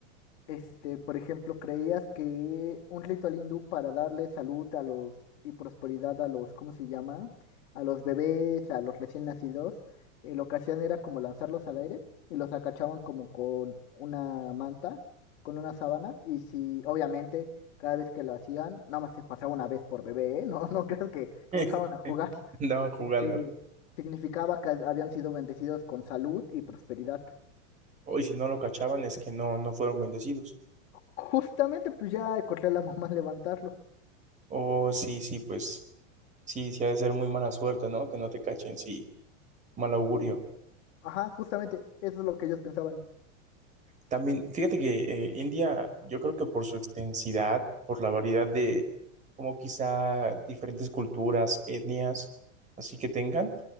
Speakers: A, on the left; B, on the right.
A: Este, por ejemplo, ¿creías que un ritual hindú para darle salud a los y prosperidad a los, ¿cómo se llama? A los bebés, a los recién nacidos, eh, la ocasión era como lanzarlos al aire y los acachaban como con una manta, con una sábana, y si, obviamente, cada vez que lo hacían, nada más se pasaba una vez por bebé, ¿eh? <laughs> No, no creas que comenzaban
B: <laughs>
A: a jugar.
B: Andaban jugando.
A: Este, significaba que habían sido bendecidos con salud y prosperidad.
B: O y si no lo cachaban es que no, no fueron bendecidos.
A: Justamente, pues ya corría la mamá a levantarlo.
B: O sí, sí, pues sí, sí ha de ser muy mala suerte, ¿no? Que no te cachen, sí, mal augurio.
A: Y, ajá, justamente eso es lo que ellos pensaban.
B: También, fíjate que eh, India, yo creo que por su extensidad, por la variedad de como quizá diferentes culturas, etnias, así que tengan,